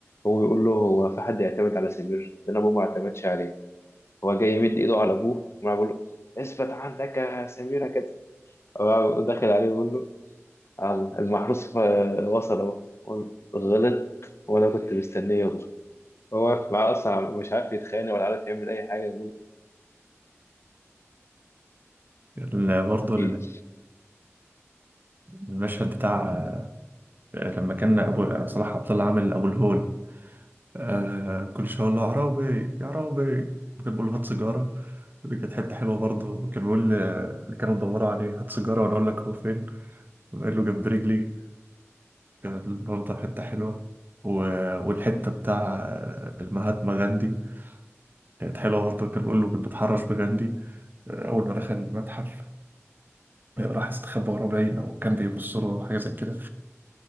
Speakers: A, on the left; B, on the right.
A: هو بيقول له هو في حد يعتمد على سمير ده انا ابوه ما اعتمدش عليه هو جاي يمد ايده على ابوه وراح بيقول له اثبت عندك يا سمير كده هو داخل عليه بيقول له "آه، المحروس آه، وصل اهو بيقول له، غلط وانا كنت مستنيه يغلط هو واقف معاه اصلا مش عارف يتخانق ولا عارف يعمل اي حاجه بيقول له،
B: ال- برضه
A: "إيه؟
B: المشهد بتاع لما كان ابو صلاح عبد الله عامل ابو الهول آه كل شويه يقول له يا عرابي يا عرابي كان بيقول له هات سيجاره دي كانت حته حلوه برضه كان بيقول ل- اللي كانوا بيدوروا عليه هات سيجاره وانا اقول لك هو فين قال له جنب رجلي كانت برضه حته حلوه و... والحته بتاع آه، المهاتما غاندي كانت حلوه برضه كان بيقول له كنت بتحرش بغاندي آه، اول ما دخل المتحف آه، راح استخبى وراه باين او كان بيبص له حاجه زي كده